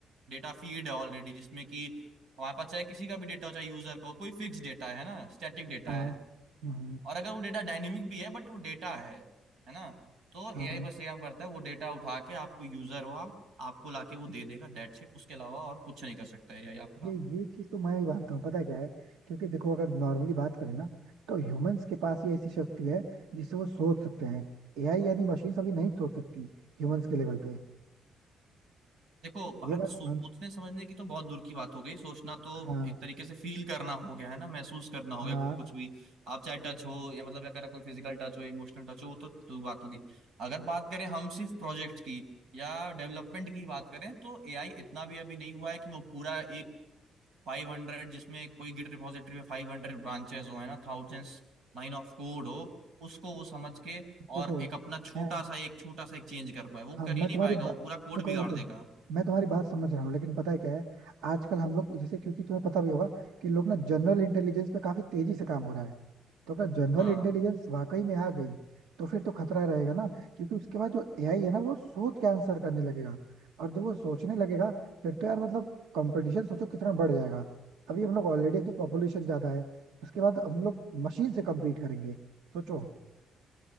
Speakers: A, on the right; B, on the right.
A: डेटा फीड है ऑलरेडी जिसमें कि हमारे पास चाहे किसी का भी डेटा हो चाहे यूजर का हो कोई फिक्स डेटा है ना स्टैटिक डेटा
B: हाँ
A: है
B: हम्म,
A: और अगर वो डेटा डायनेमिक भी है बट वो डेटा है है ना तो
B: हाँ
A: एआई बस ये काम करता है वो डेटा उठा के आपको यूजर हो आप आपको लाके वो दे देगा डेट शीट उसके अलावा और कुछ नहीं कर सकता एआई आपका
B: ये ये चीज तो मैं भी मानता हूँ पता है क्या है क्योंकि देखो अगर नॉर्मली बात करें ना तो ह्यूमंस के पास ये ऐसी शक्ति है जिससे वो सोच सकते हैं एआई यानी मशीन अभी नहीं सोच सकती ह्यूमंस के लेवल पे
A: देखो बात
B: ये बात
A: सोचने
B: मान
A: समझने की तो बहुत दूर की बात हो गई सोचना तो
B: हाँ
A: एक तरीके से फील करना हो गया है ना महसूस करना हो
B: हाँ
A: गया कुछ भी आप चाहे टच हो या मतलब अगर कोई फिजिकल टच हो इमोशनल टच हो वो तो, तो बात होगी अगर बात करें हम सिर्फ प्रोजेक्ट की या डेवलपमेंट की बात करें तो एआई इतना भी अभी नहीं हुआ है कि वो पूरा एक फाइव हंड्रेड जिसमें कोई गिट रिपॉजिटरी में फाइव हंड्रेड ब्रांचेस हो है ना थाउजेंड्स लाइन ऑफ कोड हो उसको वो समझ के
B: देखो
A: और एक अपना छोटा
B: मैं
A: सा एक छोटा सा एक चेंज कर पाए वो
B: हाँ
A: कर
B: मैं
A: ही नहीं
B: तुम्हारी
A: पाएगा
B: बा...
A: वो पूरा कोड
B: देखो
A: बिगाड़
B: देखो
A: देगा
B: मैं तुम्हारी बात समझ रहा हूँ लेकिन पता है क्या है आजकल हम लोग जैसे क्योंकि तुम्हें पता भी होगा कि लोग ना जनरल इंटेलिजेंस पे काफी तेजी से काम हो रहा है तो अगर जनरल
A: हाँ
B: इंटेलिजेंस वाकई में आ गई तो फिर तो खतरा रहेगा ना क्योंकि उसके बाद जो एआई है ना वो सोच के आंसर करने लगेगा और जब वो सोचने लगेगा फिर तो यार मतलब कंपटीशन सोचो कितना बढ़ जाएगा अभी हम लोग ऑलरेडी एक तो पॉपुलेशन ज्यादा है उसके बाद हम लोग मशीन से कम्पीट करेंगे सोचो